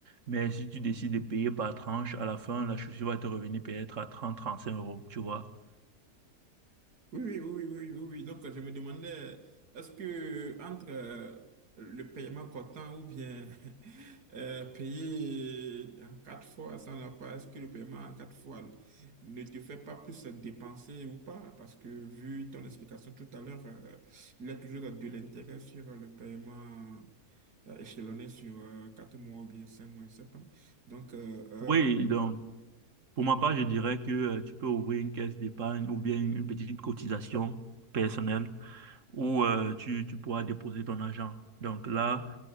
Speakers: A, on the right; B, on the right.
A: mais si tu décides de payer par tranche, à la fin, la chaussure va te revenir peut-être à trente trente cinq euros, tu vois.
B: Oui, oui, oui, oui, oui, oui. oui. Donc, je me demandais, est-ce que entre euh, le paiement comptant ou bien <laughs> euh, payer en quatre fois sans la part, est-ce que le paiement en quatre fois ne te fait pas plus dépenser ou pas? Parce que vu ton explication tout à l'heure, euh, il y a toujours de l'intérêt sur le paiement euh, échelonné sur euh, quatre mois ou bien cinq mois, je sais pas. Donc, euh, euh,
A: Oui, donc pour ma part, je dirais que euh, tu peux ouvrir une caisse d'épargne ou bien une petite cotisation personnelle où euh, tu, tu pourras déposer ton argent. Donc là,